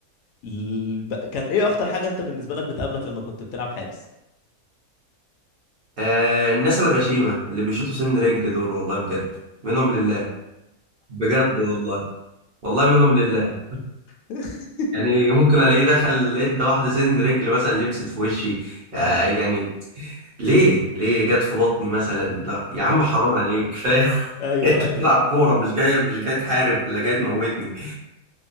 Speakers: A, on the left; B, on the right.
A: ال- ب- كان ايه اخطر حاجة انت بالنسبة لك بتقابلك لما كنت بتلعب حارس
B: آه الناس الغشيمة اللي بيشوطوا سن رجل دول والله بجد منهم لله بجد والله والله منهم لله
A: <laughs>
B: يعني <laughs> ممكن الاقيه دخل ادى واحدة سن رجل مثلا لبست في وشي
A: اه
B: آه يعني ليه ليه جت في بطني مثلا لا يا عم حرام عليك كفاية <laughs>
A: ايوه
B: انت
A: ايوه
B: بتلعب كورة مش جاية مش جاي تحارب ولا جاي تموتني